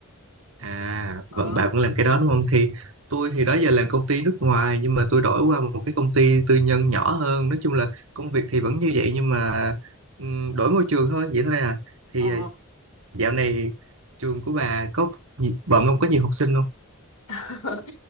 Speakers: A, on the right (about 65°); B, on the left (about 80°).
A: à
B: Ờ,
A: vẫn bà vẫn làm cái đó đúng không thì tôi thì đó giờ làm công ty nước ngoài nhưng mà tôi đổi qua một cái công ty tư nhân nhỏ hơn nói chung là công việc thì vẫn như vậy nhưng mà ừm, đổi môi trường thôi vậy thôi à thì
B: ờ.
A: ờ, dạo này trường của bà có gì- bận không có nhiều học sinh không
B: <laughs>